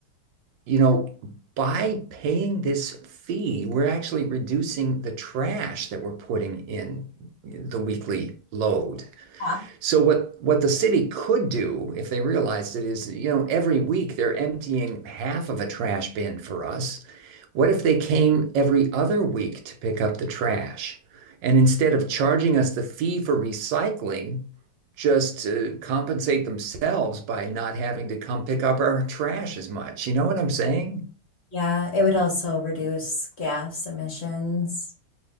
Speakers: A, on the right; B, on the left.
A: you know, by paying this fee, we're actually reducing the trash that we're putting in the weekly load.
B: Yeah,
A: So what what the city could do if they realized it is, you know, every week they're emptying half of a trash bin for us. What if they came every other week to pick up the trash? And instead of charging us the fee for recycling, just to compensate themselves by not having to come pick up our trash as much. You know what I'm saying?
B: Yeah, it would also reduce gas emissions.